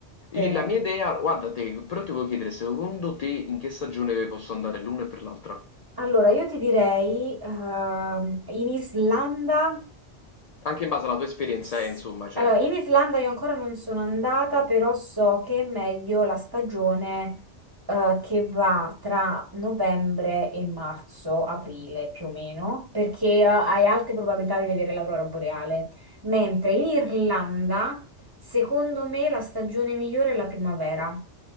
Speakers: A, on the right; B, on the left.
A: te...
B: i- La mia idea, guarda te, però ti volevo chiedere secondo te in che stagione posso andare l'una e per l'altra?
A: Allora, io ti direi, ehm, in Islanda.
B: Anche in base alla tua esperienza,
A: S-
B: eh, insomma, cioè.
A: Allora, in Islanda io ancora non sono andata, però so che è meglio la stagione eh, che va tra novembre e marzo, aprile più o meno, perché eh, hai alte probabilità di vedere l'aurora boreale. Mentre in Irlanda, secondo me, la stagione migliore è la primavera.